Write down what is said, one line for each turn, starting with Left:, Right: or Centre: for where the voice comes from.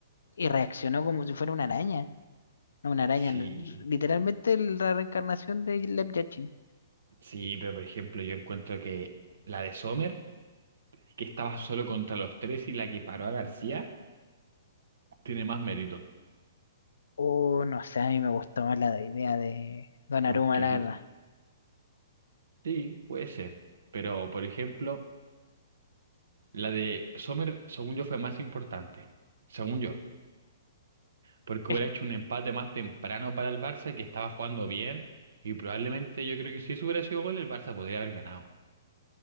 Left: y reaccionó como si fuera una araña. No, Una araña,
Right: Sí,
Left: no, literalmente la reencarnación de Lev Yachty.
Right: sí, pero por ejemplo, yo encuentro que la de Sommer, que estaba solo contra los tres y la que paró a García, tiene más mérito.
Left: Oh, no sé, a mí me gustó más la idea de Donnarumma,
Right: Porque
Left: la
Right: yo,
Left: verdad.
Right: sí, puede ser. Pero por ejemplo, la de Sommer, según yo, fue más importante. Según yo. porque
Left: Es,
Right: hubiera hecho un empate más temprano para el Barça, que estaba jugando bien, y probablemente yo creo que si eso hubiera sido gol, el Barça podría haber ganado.